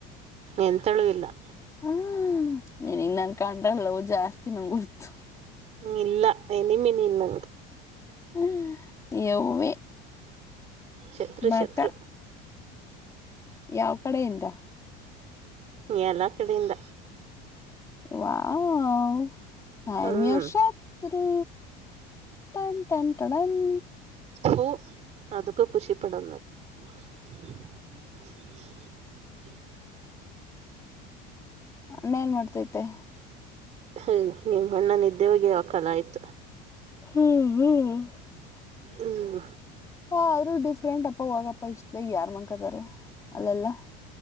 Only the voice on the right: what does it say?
ಎಂತಳು ಇಲ್ಲಾ.
ಹ್ಮ ಇಲ್ಲ ಎನಿಮಿ ನಿ ನಂಗೆ.
ಶತ್ರು
ಶತ್ರು
ಎಲ್ಲ ಕಡೆಯಿಂದ.
ಹ್ಮ್
ತೂ ಅದುಕ್ಕ ಕಖುಷಿ ಪಡಂಗ <unintelligible>
ಹ್ಮ ನಿಮ್ ಅಣ್ಣ ನಿದ್ದೆ ಹೋಗಿ ಯಾವ ಕಾಲ ಆಯ್ತು
ಹ್ಮ್